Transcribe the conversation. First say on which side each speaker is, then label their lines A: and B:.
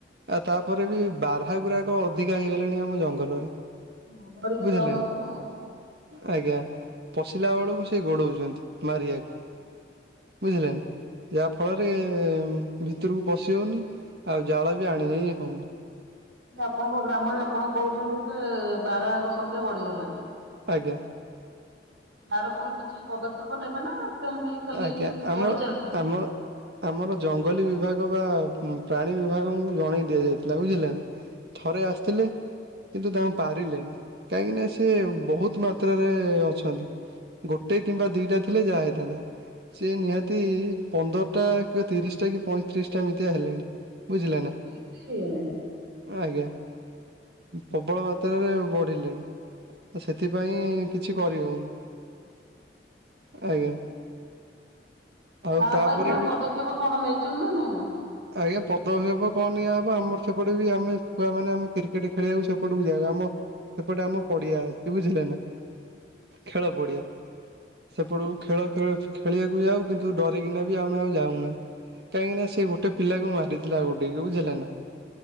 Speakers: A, on the right; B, on the right.
A: ଆଉ ତାପରେ ବି ବାରହା ଗୁରାକ ଅ ଅଧିକା ହେଇଗଲେଣି ଆମ ଜଙ୍ଗଲରେ।
B: ହଁ ଡରିକି
A: ବୁଝିଲେ
B: ଯାଉନଥିବ
A: ନା
B: ଆଉ।
A: ଆଜ୍ଞା। ପଶିଲା ବେଳକୁ ସେ ଗୋଡଉଛନ୍ତି ମାରିବାକୁ ବୁଝିଲେନା। ଯାହାଫଳରେ ଭିତରକୁ ପଶି ହେଉନି ଆଉ ଜାଳ ବି ଆଣିି ହେଉନି।
B: ଆପଣଙ୍କ ଗ୍ରାମରେ ଆପଣ କହୁଛନ୍ତି ଯେ ବାରା ଙ୍କ ସଂଖ୍ୟା ବଢିଗଲାଣି।
A: ଆଜ୍ଞା।
B: ଆର ପୁଣି କିଛି ପଦକ୍ଷେପ ନେବେ ନା ସେମତି ଖାଲି
A: ଆଜ୍ଞା ଆମର
B: ବଢି ଚାଲିଥିବେ।
A: ଆମର ଆମର ଜଙ୍ଗଲୀ ବିଭାଗ ବା ପ୍ରାଣୀ ବିଭାଗଙ୍କୁ ଜଣେଇ ଦିଆଯାଇଥିଲା ବୁଝିଲେ ନା ଥରେ ଆସିଥିଲେ। କିନ୍ତୁ ତାଙ୍କୁ ପାରିଲେନି କାହିଁକି ନା ସେ ବହୁତ ମାତ୍ରାରେ ଅଛନ୍ତି। ଗୋଟେ କିମ୍ବା ଦିଟା ଥିଲେ ଯାହା ହେଇଥାନ୍ତା। ସେି ନିହାତି ପନ୍ଦରଟା କିବା ତିରିଶ ଟା କି ପଇଁତିରିଶ ଟା ଏମିତିଆ ହେଲେଣି। ବୁଝିଲେ ନା।
B: ଏତେ ହେଇଗଲା ନା।
A: ଆଜ୍ଞା। ପ୍ରବଳ ମାତ୍ରାରେ ବଢ଼ିଲେଣି। ସେଥିପାଇଁ କିଛି କରିହଉନି ଆଜ୍ଞା। ଆଉ
B: ତା
A: ତାପରେ
B: ପାଇଁ ପୁଣି ପଦକ୍ଷେପ କଣ ନେଇଛନ୍ତି ନା ନାଇଁ ନା?
A: ଆଜ୍ଞା ପଦକ୍ଷ୍ୟପ କ ନିଆଁ ଅବ ଆମର ସେପଟେ ବି ଆମେ ଛୁଆମାନେ ଆମେ କ୍ରିକେଟ୍ ଖେଳିୟାକୁ ସେପଟକୁ ଯାଉ। ଆମ ସେପଟେ ଆମ ପଡ଼ିଆ ଅଛି ବୁଝିଲେ ନା। ଖେଳ ପଡ଼ିଆ ସେପଟୁକୁ ଖେଳ ହଁ ଖେଳିବାକୁ ଯାଉ କିନ୍ତୁ ଡରିଗିନା ବି ଆମେ ଆଉ ଯାଉଁନା। କାଇଁକି ନା ସେ ଗୋଟେ ପିଲାକୁ ମାରିଥିଲା ଗୋଡେଇକି ବୁଝିଲେନା।